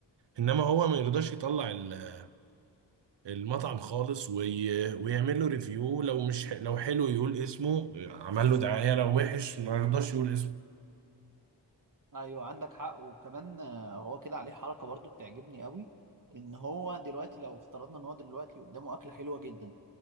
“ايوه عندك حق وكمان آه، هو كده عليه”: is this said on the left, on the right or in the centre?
Right